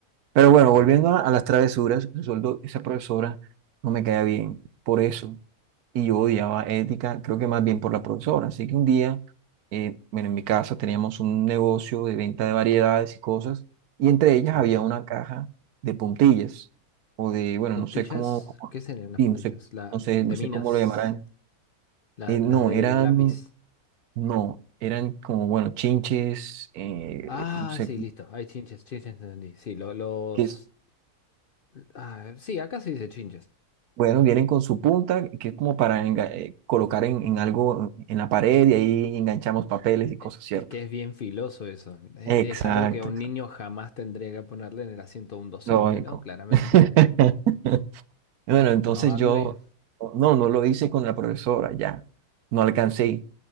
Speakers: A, on the right; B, on the left.
A: Pero bueno,
B: Claro.
A: volviendo a, a las travesuras, resultó esa profesora no me caía bien por eso. Y yo odiaba ética, creo que más bien por la profesora. Así que un día, eh, bueno, en mi casa teníamos un negocio de venta de variedades y cosas, y entre ellas
B: sí.
A: había una caja de puntillas, o de, bueno,
B: Puntillas,
A: no sé cómo, cómo-
B: ¿qué serían las
A: sí,
B: puntillas?
A: no sé,
B: La,
A: no sé,
B: de
A: no sé
B: minas,
A: cómo lo llamarán.
B: la-
A: Eh,
B: las
A: no,
B: del
A: eran,
B: lápiz.
A: no, eran como, bueno, chinches, eh,
B: Ah,
A: no sé,
B: sí, listo. Hay chinches, chinches, entendí. Sí, lo- los...
A: que,
B: ah, sí, acá se dice chinches.
A: Bueno, vienen con su punta, que es como para enga- eh, colocar en, en algo en la pared y ahí enganchamos papeles y cosas,
B: Eh,
A: ¿cierto?
B: Es que es bien filoso eso. Eh,
A: Exacto,
B: Es algo que a un
A: exacto.
B: niño jamás tendría que ponerle en el asiento de un docente,
A: Lógico.
B: ¿no? Claramente.
A: <laughs> Bueno, entonces
B: ¿No, André?
A: yo, no, no lo hice con la profesora, ya, no alcancé.